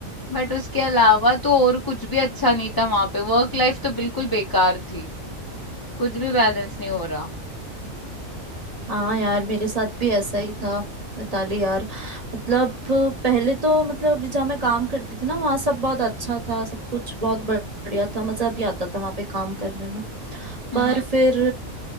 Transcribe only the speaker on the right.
हाँ यार मेरे साथ भी ऐसा ही था मिताली यार मतलब पहले तो मतलब अभी जहाँ मैं काम करती थी ना वहाँ सब बहुत अच्छा था सब कुछ बहुत बढ़िया था मजा भी आता था वहाँ पे काम करने में
पर फिर